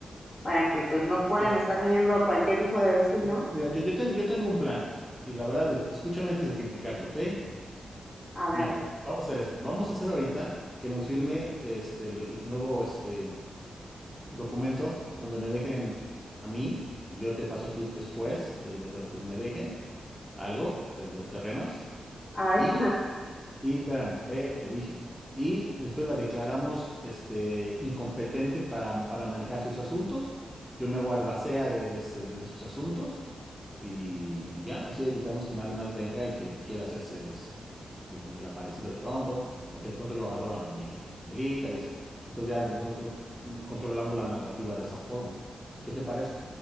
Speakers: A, on the left; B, in the centre.
A: para que pues no puedan
B: Mira,
A: estar viniendo cualquier hijo de vecino.
B: mira, mira, yo, yo, ten- yo tengo un plan y la verdad, es- escúchame antes de criticarlo, ¿ok?
A: A ver,
B: Mira, vamos a hacer esto. Vamos a hacer ahorita que nos firme este el nuevo este documento donde me dejen a mí y yo te paso a ti después de, de- de lo que me dejen, algo eh, de los terrenos
A: ay,
B: y
A: <laughs>
B: Y espérame, espérate, te dije. Y después la declaramos este, incompetente para, para manejar sus asuntos. Yo me hago albacea de, de, este, de- de sus asuntos y, y ya, así evitamos que nadie más venga y que quiera hacerse as- así como que el aparecido de pronto o que de pronto yo adoro a mi, a mi abuelita y eso. Entonces ya nosotros mm, controlamos la narrativa de esa forma. ¿Qué te parece?